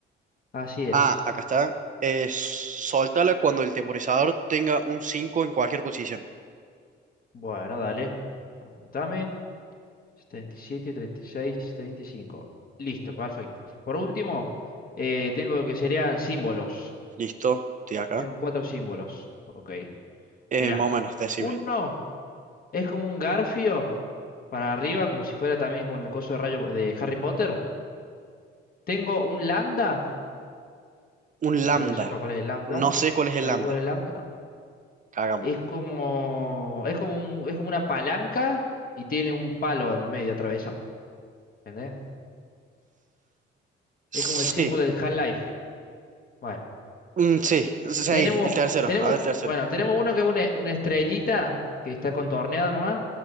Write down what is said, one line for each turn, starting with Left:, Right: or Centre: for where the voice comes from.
Left: Así es.
Right: Ah, acá está. Eh, soltala cuando el temporizador tenga un 5 en cualquier posición.
Left: Bueno, dale. Aguantame. 37, 36, 35. Listo, perfecto. Por último, eh, tengo lo que serían símbolos.
Right: Listo, estoy acá.
Left: Tengo cuatro símbolos. Ok.
Right: Eh,
Left: Mirá.
Right: más o menos, decime.
Left: Uno es como un garfio para arriba, como si fuera también con el coso de rayo de Harry Potter. Tengo un lambda.
Right: un
Left: Espero
Right: lambda.
Left: que sepa cuál es el lambda.
Right: No sé cuál
Left: ¿Sabe
Right: es el lambda.
Left: cuál es el lambda? No.
Right: Cagamos.
Left: Es como, es como un- es como una palanca y tiene un palo en el medio atravesado. ¿Entendés?
Right: Sí,
Left: Es como el símbolo del Half-Life. Bueno.
Right: mm, sí, sí,
Left: Tenemos,
Right: ahí, el tercero.
Left: tenemos,
Right: A ver, el tercero.
Left: bueno, tenemos uno que es una, una estrellita que está contorneado nomás.